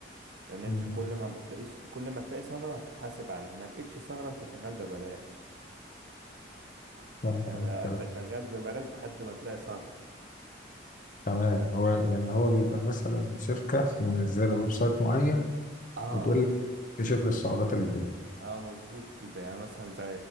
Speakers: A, on the right; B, on the left.
A: لان انت
B: مم.
A: كل ما بتلاقيش كل ما تلاقي ثغرة هتتحاسب عليها ما لقيتش ثغرة انت شغال ببلاش <laughs>
B: تمام
A: يعني
B: تمام
A: انت شغال ببلاش لحد ما تلاقي ثغرة
B: تمام. هو يعني هو بيبقى مثلا شركة منزلة ويب سايت معين
A: اه
B: وتقول لك اكتشف لي الثغرات اللي فيه
A: اه مظبوط كده يعني مثلا زي